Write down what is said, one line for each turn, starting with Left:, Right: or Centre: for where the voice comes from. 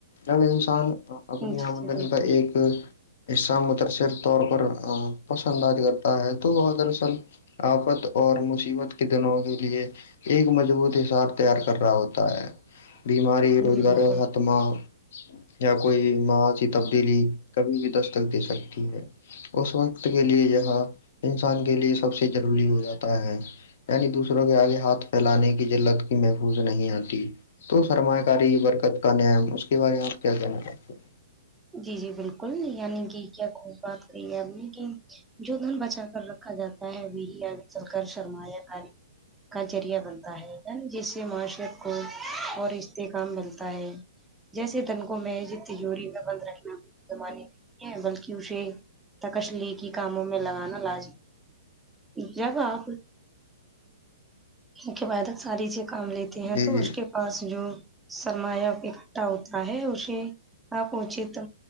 Left: جب انسان اپنی
Centre: جی
Left: آمدنی
Centre: جی بالکل
Left: کا ایک حصہ متاثر طور پر پسند کرتا ہے تو وہ درصل آپت اور مصیبت کے دنوں کے لیے ایک مضبوط حساب تیار کر رہا ہوتا ہے بیماری روزگاروں
Centre: جی بالکل
Left: استمال یا کوئی ما سی تبدیلی کبھی بھی دستک دے سکتی ہے اس وقت کے لیے جاں انسان کے لیے سب سے ضروری ہو جاتا ہے یعنی دوسروں کے آگے ہاتھ پھیلانے کی جلت کی محفوظ نہیں آتی تو سرمایہ کاری برکت کا نم اس کے بارے میں آپ کیا کہنا چاہتے ہیں
Centre: جی جی بالکل یعنی کہ کیا خوب بات کری ہے آپ نے کہ جو دھن بچا کر رکھا جاتا ہے میری چل کر سرمایہ کاری کا ذریعہ بنتا ہے جس سے معاشرت کو اور استحکام ملتا ہے جیسے تنکوں میں تجوری میں بند رکھنا زم نہیں ہے بلکہ اسے تکشلی کی کاموں میں لگانا لج جگ آپ ان کے بعد ساری چیز کام لیتے ہیں
Left: جی
Centre: تو
Left: جی
Centre: اس کے پاس جو سرمایہ اکٹا ہوتا ہے اسے پہچے تو